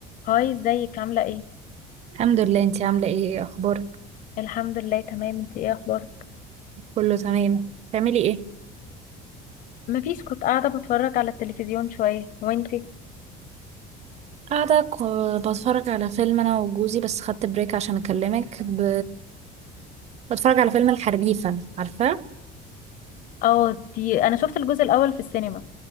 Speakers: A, on the left (about 50°); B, on the right (about 40°).
A: هاي ازيك عاملة ايه؟
B: الحمد لله انتي عاملة ايه ايه اخبارك
A: الحمد لله تمام انتي ايه اخبارك؟
B: كله تمام بتعملي ايه
A: مفيش كنت قاعدة بتفرج على التلفزيون شوية وانتي؟
B: قاعدة ك- بتفرج على فيلم انا وجوزي بس خدت بريك عشان اكلمك ب... بتفرج على فيلم الحريفة عارفة
A: اه دي انا شفت الجزء الاول في السينما